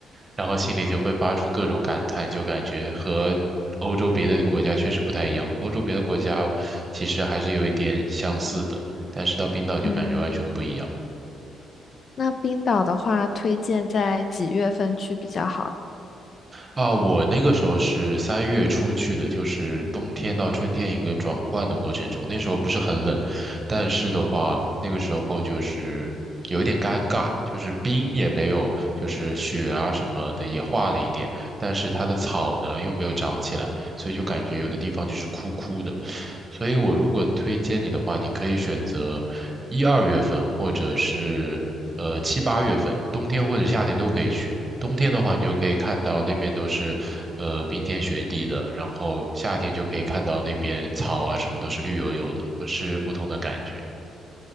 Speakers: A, on the right (about 25°); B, on the left (about 50°).
A: 然后心里就会发出各种感叹，就感觉和欧洲别的国家确实不太一样。欧洲别的国家其实还是有一点相似的，但是到冰岛就感觉完全不一样。
B: 嗯，那冰岛的话，推荐在几月份去比较好呢？
A: 啊，我那个时候是三月初去的，就是冬天到春天一个转换的过程中，那时候不是很冷，但是的话，那个时候就是有一点尴尬，就是冰也没有，就是雪啊什么的也化了一点，但是它的草呢又没有长起来，所以就感觉有的地方就是枯枯的，所以我如果推荐你的话，你可以选择一二月份或者是呃七八月份，冬天或者夏天都可以去。冬天的话，你就可以看到那边都是，呃，冰天雪地的，然后夏天就可以看到那边草啊什么都是绿油油的，会是不同的感觉。